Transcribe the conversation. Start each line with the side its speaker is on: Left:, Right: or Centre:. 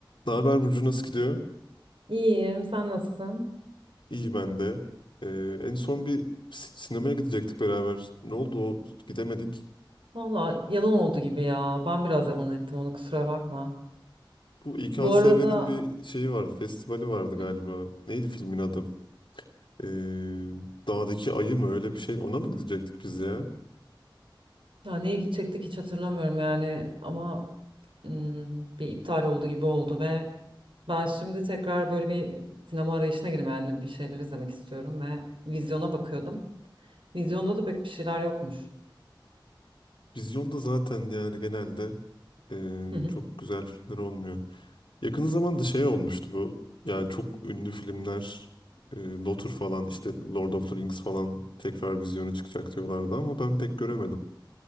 Left: Ne haber Burcu nasıl gidiyor?
Right: İyiyim, sen nasılsın?
Left: İyi ben de. Ee, en son bir si- sinemaya gidecektik beraber. Ne oldu o? Gidemedik.
Right: Valla yalan oldu gibi ya. Ben biraz yalan ettim onu kusura bakma.
Left: Bu İKSV'nin
Right: Bu arada
Left: bir şeyi vardı, festivali vardı galiba.
Right: Hı.
Left: Neydi filmin adı? Ee, Dağdaki Ayı mı öyle bir şey? Ona mı gidecektik biz ya?
Right: ya neye gidecektik hiç hatırlamıyorum yani ama hmm, bir iptal oldu gibi oldu ve ben şimdi tekrar böyle bir sinema arayışına girdim yani bir şeyler izlemek istiyorum ve vizyona bakıyordum. Vizyonda da pek bir şeyler yokmuş.
Left: Vizyonda zaten yani genelde ee,
Right: Hı hı.
Left: çok güzel filmler olmuyor. Yakın zamanda şey olmuştu bu. Yani çok ünlü filmler e, Lotur falan işte Lord of the Rings falan tekrar vizyonu çıkacak diyorlardı ama ben pek göremedim.